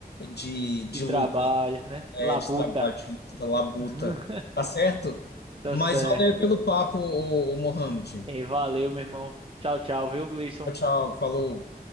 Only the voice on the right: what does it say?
e trabalho,
né?
Labuta.
<laughs>
Tá
certo.
E valeu, meu irmão. Tchau, tchau, viu, Gleison?